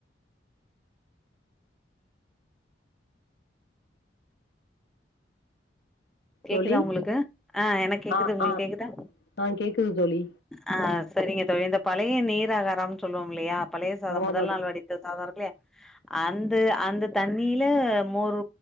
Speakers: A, in the centre; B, on the left (about 65°).
A: கேக்குதா
B: தோழி
A: உங்களுக்கு ஆ எனக்கு கேக்குது
B: ஆ
A: உங்களுக்கு
B: ஆ
A: கேக்குதா
B: ஆ கேக்குது தோழி
A: ஆ சரிங்க தோழி இந்த பழைய நீர் ஆகாராம் சொல்லுவோ இல்லையா பழைய சாதம்
B: ஆமா
A: முதல்
B: தோழி
A: நாள் வடித்த சாதம் இருக்குல்லையா அந்த அந்த தண்ணியில மோரு